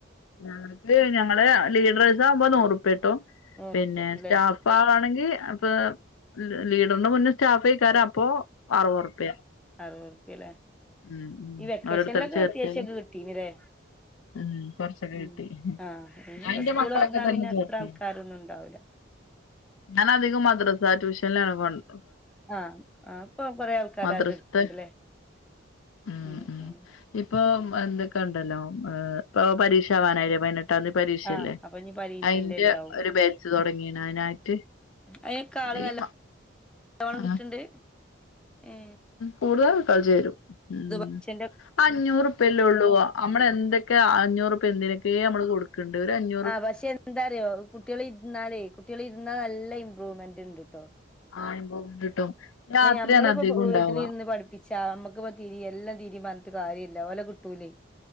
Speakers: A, on the left; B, in the centre.
A: ഞങ്ങക് ഞങ്ങളെ ലീഡറത് ആകുമ്പോ നുറുപ്പിയ കിട്ടും
B: നൂറുപ്യ
A: പിന്നെ
B: കിട്ടൂല്ലേ
A: സ്റ്റാഫ് പവാണെങ്കി അപ്പ ലീഡറിന്റെ മുന്നേ സ്റ്റാഫെകാരം അപ്പൊ അറുപറുപ്യ
B: ആഹ <unintelligible>
A: ഉം ഉം
B: ഈ വെക്കേഷനിലൊക്കെ
A: ഓരോരുത്തരെ ചേർത്തിയാല്
B: അത്യാവശ്യക്കെ കിട്ടീനല്ലേ
A: ഉം കൊറച്ചൊക്കെ
B: ഉ
A: കിട്ടി
B: ആഹ്
A: ഞാൻ
B: ഞ്പ്പോ
A: എന്റെ
B: സ്കൂള്
A: മക്കളൊക്കെ
B: തുറന്നാ
A: തന്നെ
B: പിന്നെ
A: ചേർത്തി
B: അത്ര ആൾക്കാര ഒന്നും ഉണ്ടാവൂില്ല
A: ഞാൻ അധികം മദ്രസാ ട്യൂഷനിലാണ് കൊണ്ട്
B: ആഹ ആ അപ്പൊ കൊറെേ ആൾക്കാര
A: മദ്രസത്തെ
B: അത് എടുക്കണ്ടല്ലേ
A: ഉം
B: ഉ
A: ഉം
B: ഉ
A: ഇപ്പൊ എന്തൊക്കെ ഉണ്ടല്ലോ ഇപ്പ പരക്ഷവാനായില്ല പതിനെട്ടു <unintelligible> പരീക്ഷല്ലേ
B: ആഹ് അപ്പൊ ഇനി പരീക്ഷന്റെ
A: അയിന്റെ
B: ഉണ്ടാവും
A: ഒരു ബാച് തുടങ്ങിയാണ് അതിനായിട്ട്
B: അയിനൊക്കെ ആള്
A: ഈ
B: നല്ലോണം
A: ആ
B: കിട്ട്‌ണ്ട് ഉ
A: കൂടുതൽകുട്ട്യാൾ ചേരും മ്മ്
B: പക്ഷേന്റെ
A: അഞ്ഞൂറ് ഇപ്പല്ലേ ഉള്ളൂ നമ്മള് എന്തൊക്ക അഞ്ഞൂറ്പ്പ എന്തിനൊക്കെ നമ്മള് കൊടുക്കും <unintelligible>
B: ആഹ പക്ഷെ എന്താറിയോ കുട്ടികൾ ഇരുന്നാലേ കുട്ടികള ഇരുന്നാൽ നല്ല ഇമ്പ്രൂവ്മെന്റ് ഉണ്ട് കേട്ടോ
A: <unintelligible>
B: നമ്മളിപ്പോ വീട്ടിലിരുന്ന്
A: ഉണ്ടാവുക
B: പഠിപ്പിച്ചാ നമ്മുക്കിപ്പ തിരി എല്ലാം തിരിപറഞ്ഞിട്ട് കാര്യമില്ല ഓലെ കുട്ടൂലേ